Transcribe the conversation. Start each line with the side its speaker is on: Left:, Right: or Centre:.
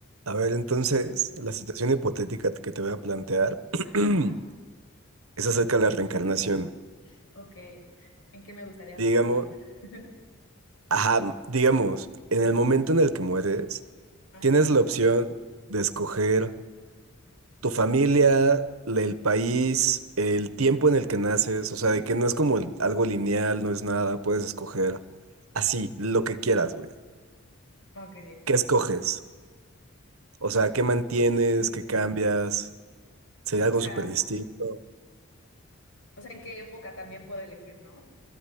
Right: A ver, entonces,
Left: <laughs>
Right: la situación hipotética que te voy a plantear <clears throat>
Left: Ajá.
Right: es acerca de la reencarnación.
Left: <clears throat> Ok. ¿En qué me gustaría reencarnar?
Right: Digamos,
Left: <laughs>
Right: ajá, digamos, en el momento en el que mueres,
Left: Ajá.
Right: tienes la opción de escoger tu familia, la- el país, el tiempo en el que naces, o sea, de que no es como algo lineal, no es nada, puedes escoger así, lo que quieras, güey.
Left: Ok.
Right: ¿Qué escoges? O sea, ¿qué mantienes?
Left: Sí.
Right: ¿Qué cambias? ¿Sería
Left: O
Right: algo
Left: sea,
Right: súper distinto?
Left: o sea, ¿en qué época también puedo elegir, no?